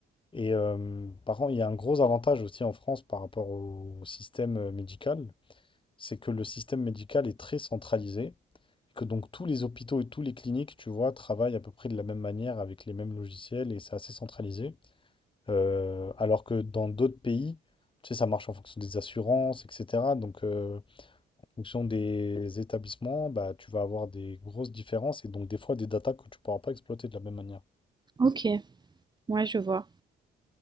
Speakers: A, on the left; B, on the right.
A: Et euh, par contre, il y a un gros avantage aussi en France par rapport au, au système euh, médical, c'est que le système médical est très centralisé. que donc tous les hôpitaux et tous les cliniques, tu vois, travaillent à peu près de la même manière avec les mêmes logiciels et c'est assez centralisé. Euh, alors que dans d'autres pays, tu sais, ça marche en fonction des assurances, etc. Donc, euh, en fonction des établissements, bah, tu vas avoir des grosses différences et donc des fois des datas que tu pourras pas exploiter de la même manière.
B: Ok. Ouais, je vois.